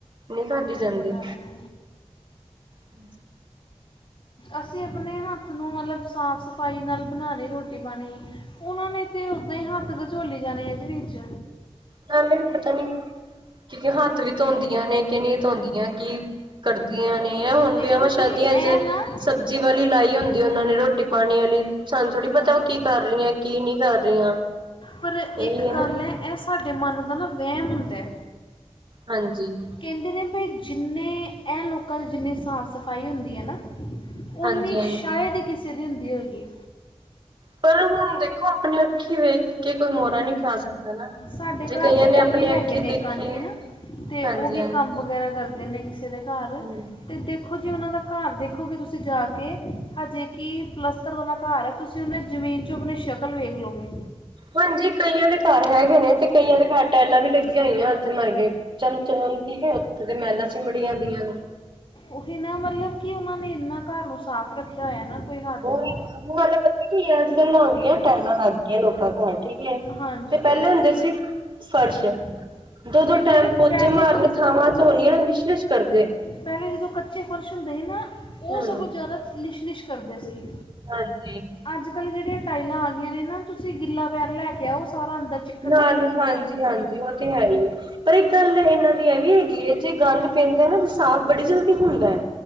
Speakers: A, on the right (about 45°); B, on the left (about 50°).
A: ਨਈਂ ਖਾਦੀ
B: ਇਹੀ
A: ਜਾਂਦੀ।
B: ਗੱਲ ਹੈ
A: ਹੂੰ।
B: ਅਸੀ ਅਪਨੇ ਹੱਥ ਨੂੰ ਮਤਲਬ ਸਾਫ-ਸਫਾਈ ਨਾਲ ਬਣਾਣੀ ਰੋਟੀ-ਪਾਣੀ। ਓਨਾਂ ਨੇ ਤੇ ਓਦਾਂ ਹੀ ਹੱਥ ਗਚੋਲੀ ਜਾਣੇ ਆ ਜੀ ਵਿੱਚ।
A: ਨਾਲੇ ਏ ਪਤਾ ਨੀ, ਕਿ ਹੱਥ ਵੀ ਧੋਂਦੀਆਂ ਨੇ ਕਿ ਨੀਂ ਧੋਂਦੀਆਂ ਕੀ? ਕਰਦੀਆਂ ਨੇ ਐ ਹੁਣ
B: ਦੇਖੋ
A: ਵੀਆਵਾਂ,
B: ਜੀ
A: ਸ਼ਾਦੀਆ
B: ਇਹ
A: ਚ
B: ਨਾ
A: ਜੀ ਵਾਲੀ ਲਾਈ ਹੁੰਦੀਏ, ਓਨੇ ਰੋਟੀ-ਪਾਣੀ ਆਲੀ। ਸਾਨੂੰ ਥੋੜ੍ਹੀ
B: ਹਾਂ
A: ਪਤਾ ਓ ਕੀ ਕਰ ਰੀਆਂ ਕੀ ਨਈਂ ਕਰ ਰੀਆਂ,
B: ਪਰ
A: ਏਹੀ
B: ਇੱਕ
A: ਹੈਨਾ।
B: ਗੱਲ ਹੈ ਇਹ ਸਾਡੇ ਮਨ ਦਾ ਨਾ ਵੈਮ ਹੁੰਦੈ।
A: ਹਾਂਜੀ।
B: ਕੈਂਦੇ ਨੇ ਬਈ ਜਿੰਨੇ ਐ ਲੋਕਾਂ ਦੀ ਜਿੰਨੀ ਸਾਫ-ਸਫਾਈ ਹੁੰਦੀ ਐਨਾ
A: ਹਾਂਜੀ
B: ਉੱਨੀ
A: ਹਾਂਜੀ।
B: ਸ਼ਾਈਦ ਈ ਕਿਸੇ ਦੀ ਹੁੰਦੀ ਹੋਏਗੀ।
A: ਪਰ ਹੁਣ ਦੇਖੋ, ਅਪਣੀ ਅੱਖੀ ਵੇਖ ਕੇ ਕੋਈ ਮੋੜਾ ਨੀਂ ਖਾ ਸਕਦਾ ਨਾ।
B: ਸਾਡੇ ਘਰ
A: ਜੇ ਕਈਆਂ
B: ਦੇ ਕੋਲ
A: ਨੇ ਆਪਣੇ
B: ਵੀ ਹੈਗੇ
A: ਅੱਖੀ
B: ਨੇ
A: ਦੇਖੀ
B: ਇੱਕ ਆਂਟੀ ਨਾ, ਤੇ
A: ਹਾਂਜੀ
B: ਓਵੀ
A: ਹਾਂਜੀ।
B: ਕੰਮ ਵਗੈਰਾ ਕਰਦੇ ਦੇਨੇ ਕਿਸੇ ਦੇ ਘਰ।
A: ਹੂੰ।
B: ਤੇ ਦੇਖੋ ਜੀ ਓਨਾਂ ਦਾ ਘਰ ਦੇਖੋਗੇ ਤੁਸੀਂ ਜਾਕੇ ਹਜੇ ਕਿ ਪਲੱਸ ਤਰ ਵਾਲਾ ਘਰ ਐ, ਤੁਸੀ ਓਨਾ ਦੀ ਜਮੀਨ ਚੋਂ ਅਪਨੀ ਸ਼ਕਲ ਵੇਖ ਲੋਗੇ।
A: ਹਾਂਜੀ, ਕਈਆਂ ਦੇ ਘਰ ਹੈਗੇ ਨੇ ਤੇ ਕਈਆਂ ਦੇ ਘਰ ਟੈਲਾਂ ਵੀ ਲੱਗੀਆਂ ਹੋਈਆਂ ਓਥੇ ਮਰਗੇ ਚਮਚਮ ਠੀਕੈ ਓਥੇ ਦੇ ਮੈਲਾਂ ਚਿਮੜੀਆਂ ਦੀਆਂ ਨੇ।
B: ਓਹੀ ਨਾ ਮਤਲਬ ਕਿ ਓਨਾਂ ਨੇ ਇਨਾ ਘਰ ਨੂੰ ਸਾਫ ਰੱਖੇਆ ਹੋਇਆ ਨਾ ਕੋਈ ਹੱਦ
A: ਉਹੀ
B: ਨੀਂ।
A: ਨਾਲੇ ਪਤਾ ਕੀ ਆ ਅੱਜ-ਕੱਲ ਹੋਗਿਆ ਟੈਲਾਂ ਲੱਗ ਗਈਆਂ ਲੋਕਾਂ ਘਰ ਠੀਕ ਕੇ
B: ਹਾਂਜੀ
A: ਤੇ ਪੈਲੇ ਹੁੰਦੇ ਸੀ ਫਰਸ਼। ਦੋ-ਦੋ
B: ਦੇਖੋ
A: ਟੈਮ
B: ਜੀ
A: ਪੋਚੇ
B: ਪਹਿਲੇ
A: ਮਾਰਨੇ, ਥਾਵਾਂ ਧੋਣੀਆਂ ਲਿਸ਼ਲਿਸ਼ ਕਰਦੇ।
B: ਪੈਲੇ ਜਦੋਂ ਕੱਚੇ ਫ਼ਰਸ਼ ਹੁੰਦੇ ਸੀ ਨਾ, ਓਹ
A: ਹੂੰ
B: ਸਗੋਂ ਜਾਦਾ ਲਿਸ਼ ਲਿਸ਼ ਕਰਦੇ ਸੀ।
A: ਹਾਂਜੀ।
B: ਅੱਜ-ਕੱਲ ਜੇੜੀਆਂ ਟਾਈਲਾਂ ਆ ਗਈਆਂ ਨੇ ਨਾ, ਤੁਸੀਂ ਗਿੱਲਾ ਪੈਰ ਲੈਕੇ ਆਓ ਸਾਰਾ ਅੰਦਰ ਚਿੱਕ
A: ਨਾਲ ਹੀ ਹਾਂਜੀ -ਹਾਂਜੀ ਉਹ ਤੇ ਹੈ ਹੀ ਆ। ਪਰ ਇੱਕ ਗੱਲ ਇਹਨਾਂ ਦੀ ਇਹ ਵੀ ਹੈਗੀ ਹੈ ਜੇ ਗੰਦ ਪੈਂਦਾ ਨਾ ਤੇ ਸਾਫ਼ ਬੜੀ ਜਲਦੀ ਹੁੰਦਾ ਹੈ।